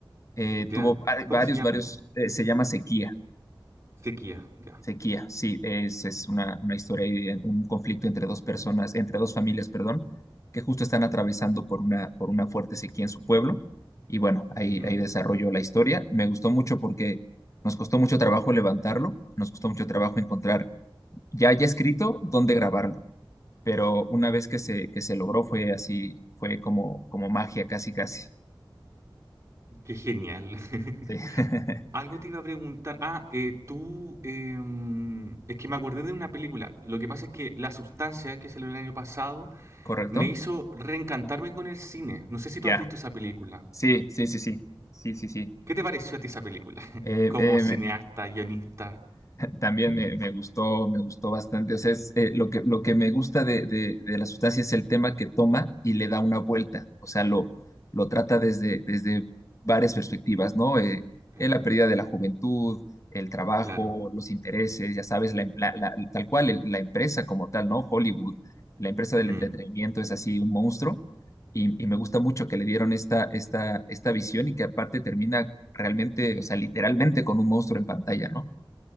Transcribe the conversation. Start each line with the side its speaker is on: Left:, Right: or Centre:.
Left: eh,
Right: ¿Ya?
Left: tuvo va-
Right: ¿Cómo
Left: varios,
Right: se llama?
Left: varios, eh, se llama Sequía
Right: Sequía, ya.
Left: Sequía, sí, es, es una, una historia y un conflicto entre dos personas, entre dos familias, perdón, que justo están atravesando por una, por una fuerte sequía en su pueblo. Y bueno, ahí,
Right: Ujú.
Left: ahí desarrolló la historia. Me gustó mucho porque nos costó mucho trabajo levantarlo, nos costó mucho trabajo encontrar ya ya escrito dónde grabarlo, pero una vez que se, que se logró fue así, fue como, como magia, casi, casi.
Right: Qué genial. <laughs>
Left: Sí. <laughs>
Right: Algo te iba a preguntar. Ah, eh, tú. em, es que me acordé de una película. Lo que pasa es que La Sustancia, que salió el año pasado,
Left: ¿Correcto?
Right: me hizo reencantarme con el cine. No sé si
Left: Ya.
Right: tú has visto esa película.
Left: Sí, sí, sí, sí. Sí, sí, sí.
Right: ¿Qué te pareció a ti esa película? <laughs>
Left: Eh,
Right: Como
Left: eh,
Right: cineasta, guionista.
Left: También me, me gustó, me gustó bastante. O sea, es, eh, lo que, lo que me gusta de, de- de la sustancia es el tema que toma y le da una vuelta. O sea, lo, lo trata desde, desde varias perspectivas, ¿no? Eh,
Right: Ah,
Left: eh, la pérdida de la juventud, el trabajo,
Right: Claro.
Left: los intereses, ya sabes, la, em- la- la- tal cual, el- la empresa como tal, ¿no? Hollywood, la empresa del
Right: Mm.
Left: entretenimiento es así un monstruo. Y, y me gusta mucho que le dieron esta, esta, esta visión y que aparte termina realmente, o sea, literalmente con un monstruo en pantalla, ¿no?